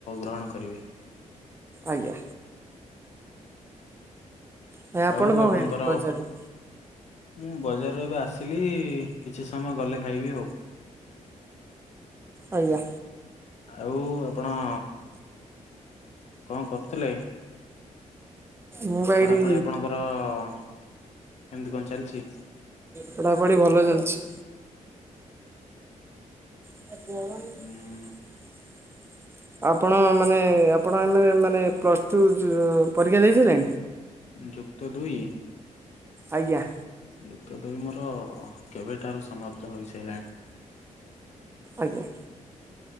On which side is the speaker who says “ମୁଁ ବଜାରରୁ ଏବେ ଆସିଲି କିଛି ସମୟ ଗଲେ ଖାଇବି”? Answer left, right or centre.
Left